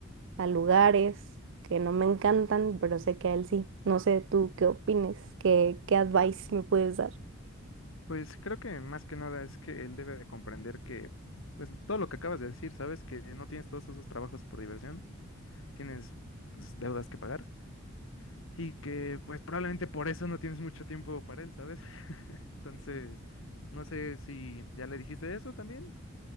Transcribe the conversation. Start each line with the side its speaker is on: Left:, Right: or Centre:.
Right: a lugares que no me encantan, pero sé que a él sí. No sé tú qué opines, qué, qué advice me puedes dar.
Left: Pues creo que más que nada es que él debe de comprender que, pues todo lo que acabas de decir, ¿sabes? Que no tienes todos esos trabajos por diversión, tienes pues, deudas que pagar y que pues probablemente por eso no tienes mucho tiempo para él, ¿sabes? <laughs> Entonces, no sé si ya le dijiste eso también.